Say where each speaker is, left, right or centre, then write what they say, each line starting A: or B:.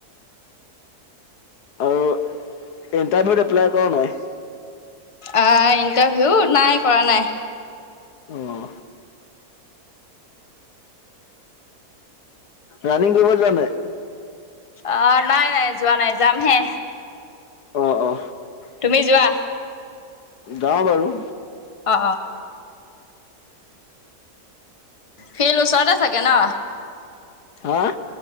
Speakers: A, on the left (about 80°); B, on the left (about 25°).
A: আৰু ইণ্টাৰভিউত এপ্লাই কৰা নাই?
B: আহ ইণ্টাৰভিউ নাই কৰা নাই।
A: আহ। ৰাণিং কৰিব যোৱা নাই।
B: অ নাই নাই যোৱা নাই যামহে।
A: অ অ।
B: তুমি যোৱা?
A: যাও বাৰু।
B: অ। ফিল ওচৰতে চাগে ন।
A: হা-